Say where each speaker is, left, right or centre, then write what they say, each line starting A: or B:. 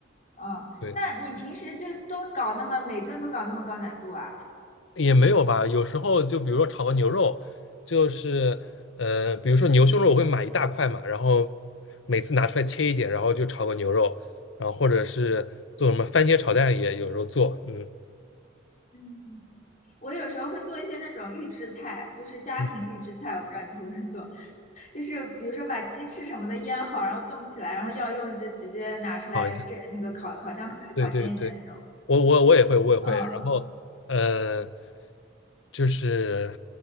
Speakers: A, on the left; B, on the left.
A: 嗯，
B: 对。
A: 那你平时就都搞那么每顿都搞那么高难度啊？
B: 也没有吧，有时候就比如说炒个牛肉，就是呃，比如说牛胸肉，我会买一大块嘛，然后每次拿出来切一点，然后就炒个牛肉，然后或者是做什么番茄炒蛋也有时候做，嗯
A: 嗯，我有时候会做一些那种预制菜，就是家庭预制菜，
B: 嗯，
A: 我不知道你会不会做，<laughs> 就是比如说把鸡翅什么的腌好，然后冻起来，然后要用就直接拿出来这那个烤烤箱烤一烤，
B: 炒一下，对对对，
A: 煎一煎这种。
B: 我我我也会我也会，
A: 嗯
B: 然后呃，就是